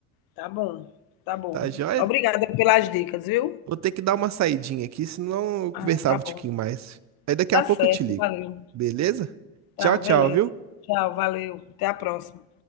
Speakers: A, on the left; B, on the right.
A: Tá bom, tá bom.
B: Tá joia?
A: Obrigada pelas dicas, viu?
B: Vou ter que dar uma saidinha aqui, senão eu conversava
A: Ah, tá
B: um tiquinho
A: bom.
B: mais. Aí daqui
A: Tá
B: a pouco
A: certo,
B: eu te ligo.
A: valeu.
B: Beleza?
A: Tá,
B: Tchau, tchau,
A: beleza.
B: viu?
A: Tchau, valeu. Até a próxima.